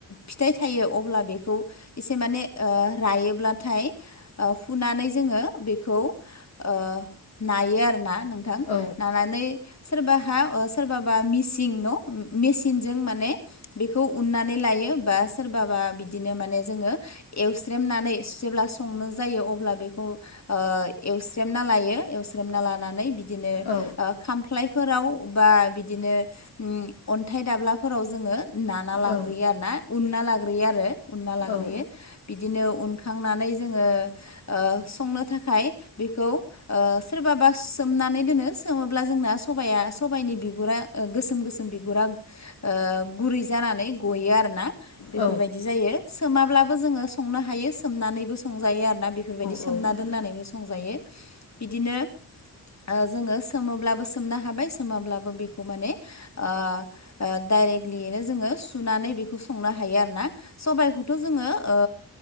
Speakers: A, on the left; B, on the left.
A: फिथाइ थायो अब्ला बे खौ एसे माने ओ रायोब्लाथाय ओ फुनानै जोङो बेखौ ओ नायो आरोना नोंथां
B: औ
A: नानानै सोरबाहा ओ सोरबाबा मेसिं न' मेसिनजों माने बेखौ उन्नानै लायो बा सोरबाबा बिदिनो माने जोङो एवस्रेमनानै जेब्ला संनो जायो अब्ला बेखौ ओ एवस्रेमना लायो एवस्रेमना लानानै बिदिनो ओ
B: औ
A: खामफ्लाय फोराव बा बिदिनो उम अन्थाइ दाब्लाफोराव जोङो नाना लाग्रोयो
B: औ
A: आरो ना उनना लाग्रोयो आरो उनना लाग्रोयो।
B: औ
A: बिदिनो उनखांनानै जोङो ओ संनो थाखाय बेखौ ओ सोरबाबा सोमनानै दोनो सोमोब्ला जोंना सबाया सबाइनि बिगुरा ओ गोसोम गोसोम बिगुरा ओ गुरै जानानै गयो आरोना। बेफोरबायदि
B: औ
A: जायो सोमाब्लाबो जोङो संनो हायो सोमनानैबो संजायो आरोना बि फोरबायदि सोमना
B: औ
A: दोननानैबो संजायो बिदिनो ओ जोङो सोमोब्लाबो सोमनो हाबाय सोमाब्लाबो बेखौ माने ओ ओ डायरेक्टलियैनो जोङो सुनानै बेखौ संनो हायो आरोना सबा इखौथ' जोङो ओ